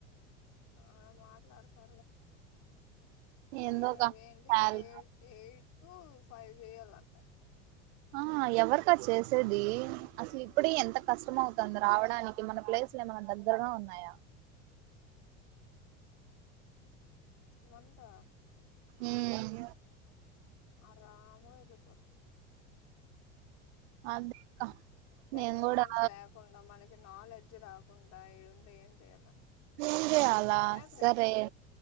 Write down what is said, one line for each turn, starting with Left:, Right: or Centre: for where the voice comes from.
Left: ఆ మాట్లాడు సర్లే
Right: ఏందోక
Left: ఎ ఏంటి
Right: శాల
Left: ఏ ఏ టూ ఫైవ్ చేయాలంట
Right: ఆ ఎవరికా చేసేది అసలు ఇప్పుడి ఎంత కష్టం అవుతంది రావడానికి మన ప్లేసులు ఏమన్నా దగ్గరగా ఉన్నాయా
Left: వందా
Right: ఉమ్
Left: అరమోఎరుపోత
Right: అదే అక్క నేను
Left: ఎక్స్పీరియన్స్
Right: కూడా
Left: లేకుండా మనకి నాలె డ్జ్ రాకుండా ఏడుండేం చెయాల
Right: ఏం చేయాలా
Left: మనమే ఫ్రెష్ర్స్
Right: సరే